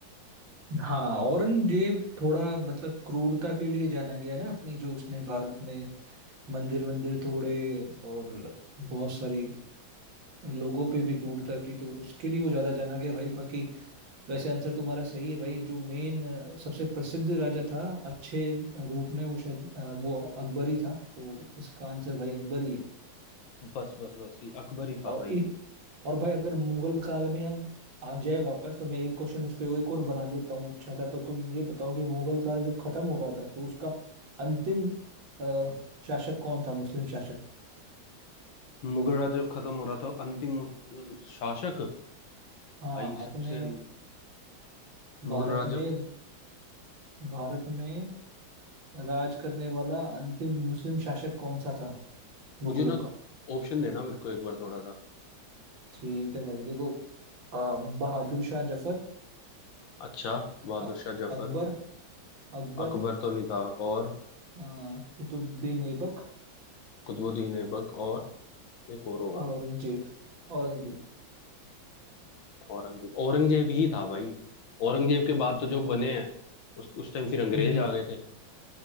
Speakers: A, on the right; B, on the left.
A: हाँ औरंगजेब थोड़ा मतलब क्रूरता के लिए जाना गया ना अपनी जो उसने भारत में मंदिर वंदिर तोड़े और बहुत सारी लोगों पे भी क्रूरता की तो उसके लिए वो ज्यादा जाना गया भाई बाकी वैसे आंसर तुम्हारा सही है भाई जो मेन सबसे प्रसिद्ध राजा था अच्छे रूप में वो शायद अ, वो अकबर ही था तो इसका आंसर भाई अकबर ही है
B: बस बस बस ये अकबर ही था
A: और
B: भाई
A: इ, और भाई अगर मुगल काल में हम आ जाए वापस तो मैं एक क्वेश्चन उस पे एक और बना देता हूँ अच्छा था तो तुम ये बताओ कि मुगल काल जब खत्म हो रहा था तो उसका अंतिम अ, शासक कौन था मुस्लिम शासक
B: मुगल राज जब खत्म हो रहा था अंतिम मुस- शासक
A: हाँ
B: भाई सबसे
A: अपने
B: अं- मुगल
A: भारत
B: राज
A: में
B: हाँ जब
A: भारत में राज करने वाला अंतिम मुस्लिम शासक कौन सा था मुगलों
B: मुझे ना
A: का
B: ऑप्शन देना मेरे को एक बार थोड़ा सा
A: ठीक है भाई देखो अ, बहादुर शाह जफर
B: अच्छा बहादुर
A: अ-
B: शाह जफर
A: अकबर अकबर
B: अकबर तो नहीं था और
A: अ, कुतुबुद्दीन ऐबक
B: कुतुबुद्दीन ऐबक और एक और होगा
A: और औरंगजेब औरंगजेब
B: औरंगजेब औरंगजेब ही था भाई औरंगजेब के बाद तो जो बने हैं उस उस टाइम फिर अंग्रेज
A: हम्म
B: आ गए थे